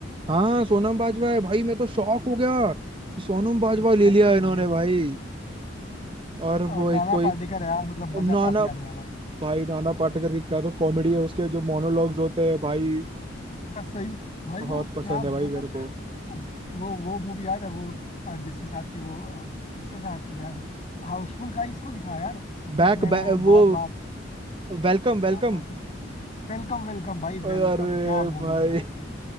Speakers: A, on the right (about 30°); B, on the left (about 40°).
A: हाँ सोनम बाजवा है भाई मैं तो शॉक हो गया कि सोनम बाजवा
B: एग्जैक्टली
A: ले लिया है
B: exactly
A: इन्होंने
B: भाई
A: भाई और
B: और
A: वो
B: नाना
A: एक कोई
B: पाटेकर है यार मतलब मजा
A: नाना
B: काफी आने वाला है
A: भाई नाना पाटेकर की क्या तो कॉमेडी है उसके जो मोनोलॉग्स होते हैं भाई
B: हाँ, सही भाई
A: बहुत
B: वो
A: पसंद
B: क्या मतलब
A: है भाई मेरे को
B: उस वो वो मूवी याद है वो अ, जिसके साथ थी वो अ, किसके साथ थी यार हाउसफुल का इसको ही था यार जिसमें
A: बैक,
B: वो
A: बैक
B: बहुत
A: वो
B: मार
A: वेलकम वेलकम
B: हाँ कौन सी वेलकम वेलकम भाई
A: अरे
B: वेलकम क्या मूवी
A: भाई
B: यार